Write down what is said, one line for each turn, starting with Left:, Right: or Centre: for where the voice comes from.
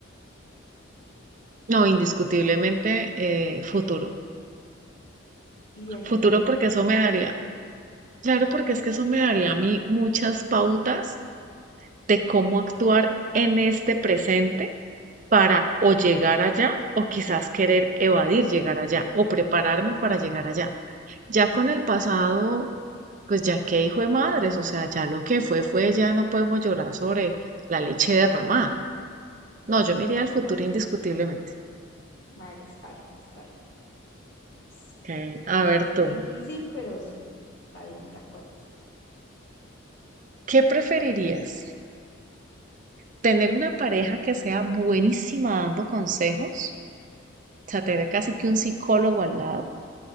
Right: No, indiscutiblemente eh, futuro.
Left: ¿Irías
Right: Futuro
Left: al futuro?
Right: porque eso
Left: ¿Por
Right: me daría,
Left: qué?
Right: claro, porque es que eso me daría a mí muchas pautas de cómo actuar en este presente para o llegar allá o quizás querer evadir llegar allá o prepararme para llegar allá. Ya con el pasado Pues ya que hijo de madres, o sea, ya lo que fue, fue, ya no podemos llorar sobre la leche derramada. No, yo me iría al futuro indiscutiblemente.
Left: Vale, está bien, está bien. Es
Right: Ok, A ver
Left: es
Right: tú,
Left: difícil, pero sí, está bien, de acuerdo.
Right: ¿qué preferirías? ¿Tener una pareja que sea buenísima dando consejos? O sea, tener casi que un psicólogo al lado.